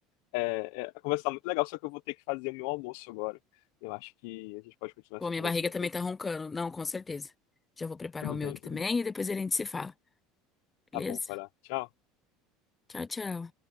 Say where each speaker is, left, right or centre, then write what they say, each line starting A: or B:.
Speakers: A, on the left; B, on the left.
A: É, é, a conversa tá muito legal, só que eu vou ter que fazer o meu almoço agora. Eu acho que a gente pode continuar
B: Pô,
A: essa
B: minha
A: conversa
B: barriga
A: depois.
B: também tá roncando. Não, com certeza. Já vou preparar
A: Tudo
B: o meu
A: bem,
B: aqui
A: tudo
B: também
A: bem.
B: e depois a gente se fala.
A: Tá
B: Beleza?
A: bom, vai lá. Tchau.
B: Tchau, tchau.